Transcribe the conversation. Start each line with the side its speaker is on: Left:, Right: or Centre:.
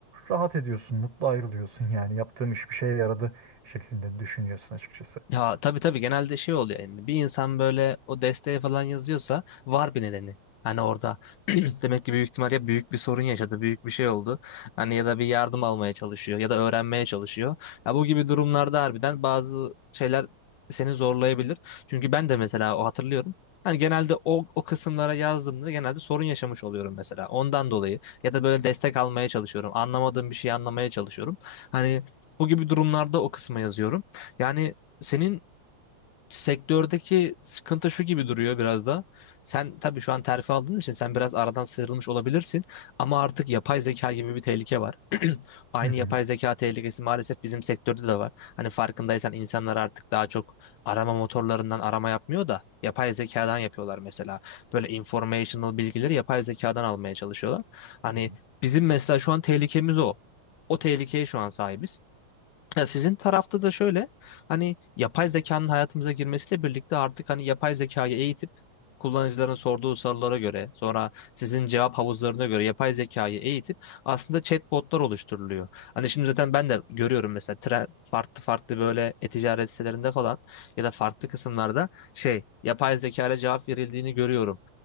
Right: Rahat ediyorsun, mutlu ayrılıyorsun yani yaptığım iş bir şeye yaradı şeklinde düşünüyorsun açıkçası.
Left: Ya tabii tabii genelde şey oluyor yani bir insan böyle o desteği falan yazıyorsa var bir nedeni. Hani orada <clears throat> demek ki büyük ihtimal ya büyük bir sorun yaşadı, büyük bir şey oldu. Hani ya da bir yardım almaya çalışıyor ya da öğrenmeye çalışıyor. Ya bu gibi durumlarda harbiden bazı şeyler seni zorlayabilir. Çünkü ben de mesela o hatırlıyorum. Hani genelde o, o kısımlara yazdığımda genelde sorun yaşamış oluyorum mesela. Ondan dolayı ya da böyle destek almaya çalışıyorum. Anlamadığım bir şeyi anlamaya çalışıyorum. Hani bu gibi durumlarda o kısma yazıyorum. Yani senin sektördeki sıkıntı şu gibi duruyor biraz da. Sen tabii şu an terfi aldığın için sen biraz aradan sıyrılmış olabilirsin ama artık yapay zeka gibi bir tehlike var. Aynı
Right: Hı hı.
Left: yapay zeka tehlikesi maalesef bizim sektörde de var. Hani farkındaysan insanlar artık daha çok arama motorlarından arama yapmıyor da yapay zekadan yapıyorlar mesela. Böyle informational bilgileri yapay zekadan almaya çalışıyorlar. Hani
Right: Hı hı.
Left: bizim mesela şu an tehlikemiz o. O tehlikeye şu an sahibiz. Ya sizin tarafta da şöyle hani yapay zekanın hayatımıza girmesiyle birlikte artık hani yapay zekayı eğitip kullanıcıların sorduğu sorulara göre sonra sizin cevap havuzlarına göre yapay zekayı eğitip aslında chatbotlar oluşturuluyor. Hani şimdi zaten ben de görüyorum mesela tren, farklı farklı böyle e-ticaret sitelerinde falan ya da farklı kısımlarda şey yapay zekayla cevap verildiğini görüyorum.